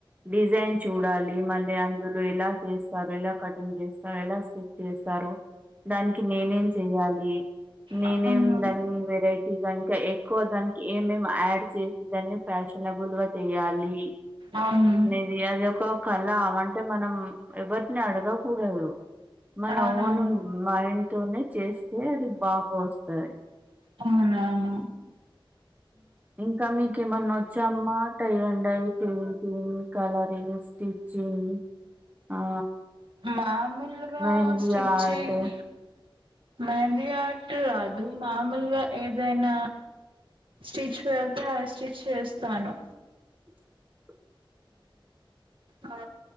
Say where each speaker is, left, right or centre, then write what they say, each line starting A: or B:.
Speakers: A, on the right; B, on the right.
A: డిజైన్ చూడాలి ఇగ మళ్ళీ అందులో ఎలా చేస్తారు ఎలా కటింగ్ చేస్తారు ఎలా స్టిచ్ చేస్తారు దానికి నేనేం చెయ్యాలి నేనేం
B: అవును
A: దాన్ని వెరైటీగా ఇంకా ఎక్కువ దానికి ఏమేం యాడ్ చేసి దాన్ని ఫ్యాషనబుల్ గా చెయ్యాలి
B: అవును అమ్మ
A: ఇది అది ఒక కళ అవంటే మనం ఎవరిని అడగకూడదు మన
B: అవునవును
A: ఓను మా ఇంట్లోనే చేస్తే అది బాగా వస్తుంది
B: అమ్మ అవునవును
A: ఇంకా మీకేమన్నా వచ్చామ్మా టయింగ్ డయింగ్ అయిపోయి రింగ్ కలరింగ్ స్టిచింగ్ ఆ
B: మామూలుగా
A: mehndi
B: stitching
A: art
B: mehndi at అదు మామూలుగా ఏదైనా స్టిచ్ వెళ్తే అది స్టిచ్ వేస్తాను
A: <inaudible>
B: ఆ